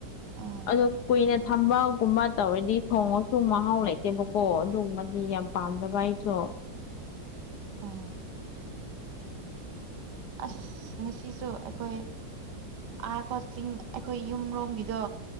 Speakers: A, on the right; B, on the left.
A: ꯎꯝ
B: ꯑ ꯀꯨꯏꯅ ꯊꯝꯕꯒꯨꯝꯕ ꯇꯧꯔꯗꯤ ꯊꯣꯡꯉꯁꯨ ꯃꯍꯥꯎ ꯂꯩꯇꯦ ꯅꯠꯇꯦꯕꯀꯣ ꯑꯗꯨꯒꯃꯗꯤ ꯌꯥꯝ ꯄꯥꯝꯗꯕ ꯑꯩꯁꯨ
A: ꯑ ꯑꯁ ꯉꯁꯤꯁꯨ ꯑꯩꯈꯣꯏ ꯑꯥ ꯀ ꯆꯤꯡ ꯑꯩꯈꯣꯏ ꯌꯨꯝꯔꯣꯝꯒꯤꯗꯣ